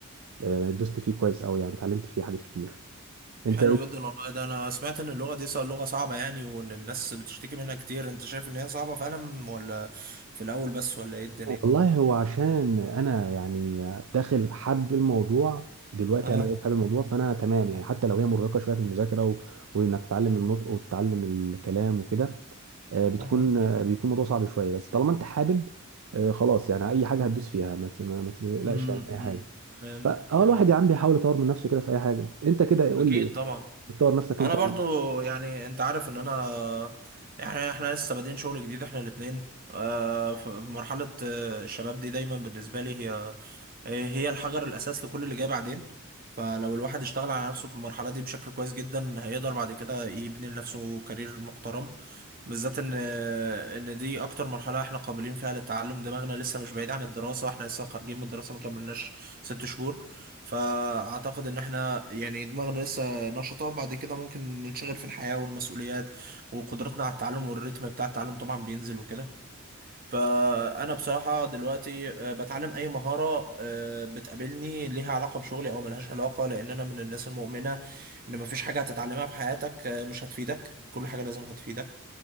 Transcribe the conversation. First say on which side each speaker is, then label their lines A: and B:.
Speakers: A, on the right (about 65°); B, on the right (about 45°).
A: آه، دوست فيه كويس قوي يعني اتعلمت فيه حاجات كتير انت
B: حلو
A: ايه
B: جدا والله ده انا سمعت ان اللغة دي صع- لغة صعبة يعني وان الناس بتشتكي منها كتير انت شايف ان هي صعبة فعلا ولا في الاول بس ولا ايه الدنيا
A: والله هو عشان انا يعني داخل حب الموضوع دلوقتي
B: اه
A: انا حابب الموضوع فانا تمام يعني حتى لو هي مرهقه شويه في المذاكره و... وانك تتعلم النطق وتتعلم الكلام وكده آه، بتكون
B: أها
A: آه، بيكون الموضوع صعب شويه بس طالما انت حابب آه، خلاص يعني اي حاجه هتدوس فيها ما ت- ما ما تقلقش
B: امم
A: يعني من اي حاجه
B: فهمتك
A: فاه
B: فهمتك
A: الواحد يا عم بيحاول يطور من نفسه كده في اي حاجه انت كده قول
B: اكيد
A: لي
B: طبعا
A: بتطور نفسك
B: انا
A: انت
B: برضو
A: ولا-
B: يعني انت عارف ان انا يعني احنا لسه بادئين شغل جديد احنا الاتنين آه، ف- في مرحلة آه، الشباب دي دايما بالنسبة لي هي آه، هي الحجر الاساس لكل اللي جاي بعدين فلو الواحد اشتغل على نفسه في المرحلة دي بشكل كويس جدا هيقدر بعد كده يبني لنفسه كارير محترم بالذات ان ان دي اكتر مرحله احنا قابلين فيها للتعلم دماغنا لسه مش بعيد عن الدراسه احنا لسه خارجين من الدراسه ما كملناش ست شهور فاعتقد ان احنا يعني دماغنا لسه نشطه بعد كده ممكن ننشغل في الحياه والمسؤوليات وقدرتنا على التعلم والريتم بتاع التعلم طبعا بينزل وكده فانا بصراحه دلوقتي آه، بتعلم اي مهاره آه، بتقابلني ليها علاقه بشغلي او ملهاش علاقه لان انا من الناس المؤمنه ان مفيش حاجه هتتعلمها في حياتك آه، مش هتفيدك كل حاجه لازم هتفيدك